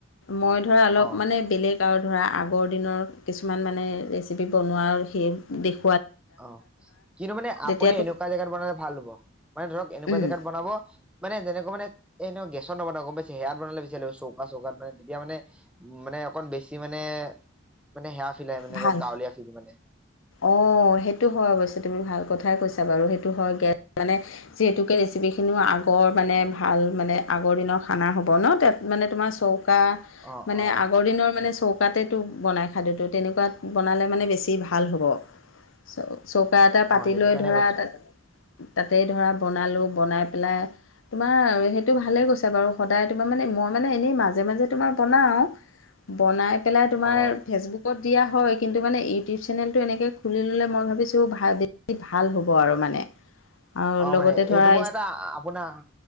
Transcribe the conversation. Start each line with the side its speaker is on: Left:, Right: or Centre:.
Left: মই ধৰা অলপ
Centre: অ
Left: মানে বেলেগ আৰু ধৰা আগৰ দিনৰ কিছুমান মানে ৰেচিপি বনোৱাৰ সেই দেখ
Centre: অ', কিন্তু মানে
Left: তেতিয়াতো
Centre: আপুনি এনেকুৱা জেগাত বনালে ভাল হব মানে ধৰক এনেকুৱা
Left: উম,
Centre: জেগাত বনাব মানে তেনেকুৱা মানে এই ন গেছ ছত নবনাব গম পাইছে। হেৰিয়াত বনালে বেচিলাগিব। চৌকা চৌকাত মানে তেতিয়া মানে মানে অকণ বেছি মানে মানে সেয়া ফিল আহে মানে
Left: ভাল
Centre: ৰ' গাঁৱলীয়া ফিল মানে।
Left: অঁ সেইটো হয় অৱশ্যে তুমি ভাল কথাই কৈছা বাৰু সেইটো হয় গে মানে যিহেতুকে ৰেচিপিখিনিও আগৰ মানে ভাল মানে আগৰ দিনৰ খানা হ'ব ন। তেত মানে তুমাৰ চৌ চৌকা
Centre: অ
Left: মানে
Centre: অ
Left: আগৰ দিনৰ মানে চৌকাতেটো বনাই খালে তো তেনেকুৱা চৌকাট বনালে মানে বেছি ভাল হ'ব। চৌ চৌকা এটা পাতি
Centre: অ সেইটো
Left: লৈ
Centre: কাৰণে
Left: ধৰা
Centre: কৈছো
Left: তাত তাতেই ধৰা বনালোঁ বনাই পেলাই তোমাৰ সেইটো ভালেই কৈছা বাৰু সদায় তোমাৰ মানে মই মানে এনেই মাজে মাজে তোমাৰ বনাওঁ। বনাই পেলাই তোমাৰ
Centre: অ
Left: ফেচবুকত দিয়া হয় কিন্তু মানে ইউটিউব চেনেলটো এনেকৈ খুলি ল'লে মই ভাবিছোঁ ভা বেছি ভাল হ'ব আৰু মানে।
Centre: <inaudible>
Left: আৰু
Centre: অ'
Left: লগতে
Centre: মানে
Left: ধৰা
Centre: এইটোৰ পৰা এটা আ আপোনাৰ